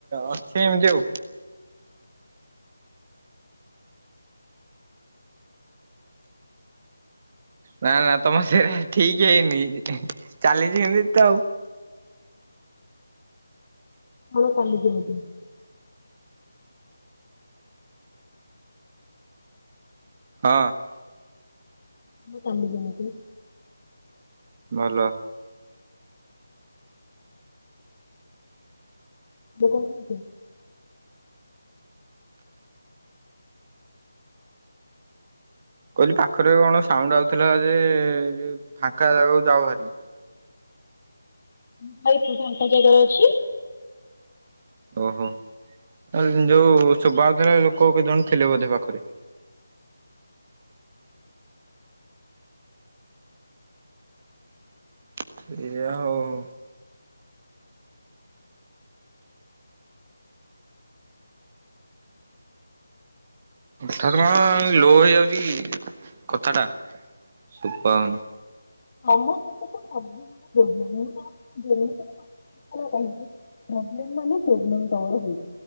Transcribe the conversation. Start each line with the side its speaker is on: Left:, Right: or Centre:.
Right: ଅଛି ଏମିତି ଆଉ। ନା ନା ତମର ସେ ଠିକି ହେଇନି ଚାଲିଛି ଏମିତି ତ ଆଉ।
Left: ହଣ କାଲିି ଯିମୁକି
Right: ହଁ।
Left: ମ କାଲି ଯିମୁକି
Right: ଭଲ।
Left: <unintelligible>
Right: କ‌ଇଲି ପାଖରେ କଣ ସାଉଣ୍ଡ୍ ଆଉଥିଲା ଯେ ଫାଙ୍କା ଜାଗାକୁ ଯାଉ ଭାରି!
Left: <inaudible> ଫାଙ୍କା ଜାଗାରେ ଅଛି।
Right: ଓହୋ ଏନ୍ ଯୋଉ ସୁବାଉଥିଲା ଲୋକ କେଜଣ ଥିଲେ ବୋଧେ ପାଖରେ? <unintelligible> ଆ ହଉ ହଉ। ଠାଥ୍ କଣ ଲୋ ହେଇଯାଉଛି କଥା ଟା।। ସୁପାଉନ୍
Left: ମାମ ପଟ ତ ସବୁ ଦିନ <unintelligible> <unintelligible> ପ୍ରୋବ୍ଲେମ୍ ମାନ ପ୍ରୋବ୍ଲେମ ତମର ହୋଇଛି।